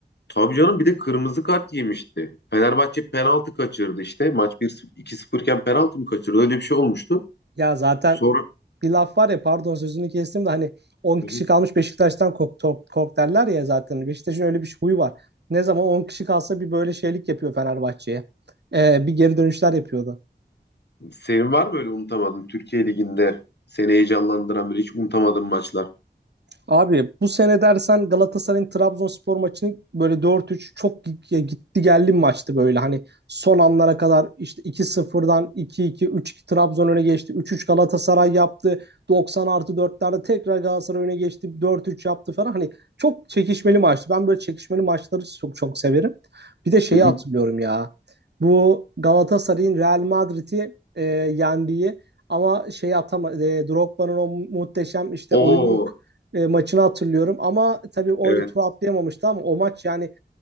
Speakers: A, on the left; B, on the right.
A: Tabii canım bir de kırmızı kart yemişti. Fenerbahçe penaltı kaçırdı işte. Maç bir 0 2-0 iken penaltı mı kaçırdı? Öyle bir şey olmuştu.
B: Ya zaten
A: Sonra
B: bir laf var ya pardon sözünü kestim de hani on
A: Hı
B: kişi
A: hı.
B: kalmış Beşiktaş'tan kork, kork, kork derler ya zaten. Beşiktaş'ın öyle bir şey- huyu var. Ne zaman 10 kişi kalsa bir böyle şeylik yapıyor Fenerbahçe'ye. Ee, bir geri dönüşler yapıyordu.
A: senin var mı öyle unutamadığın Türkiye Ligi'nde seni heyecanlandıran böyle hiç unutamadığın maçlar?
B: Abi bu sene dersen Galatasaray'ın Trabzonspor maçını böyle dört üç çok gi- gitti geldi bir maçtı böyle. Hani son anlara kadar işte iki sıfırdan iki iki üç 2 Trabzon öne geçti. üç üç Galatasaray yaptı. doksan artı dörtlerde tekrar Galatasaray öne geçti. dört üç yaptı falan. Hani çok çekişmeli maçtı. Ben böyle çekişmeli maçları çok çok severim. Bir de şeyi
A: Hı hı.
B: hatırlıyorum ya. Bu Galatasaray'ın Real Madrid'i e, yendiği ama şey atama e, Drogba'nın o muhteşem işte
A: O
B: oyunluk e, maçını hatırlıyorum. Ama tabii orada
A: evet
B: turu atlayamamıştı ama o maç yani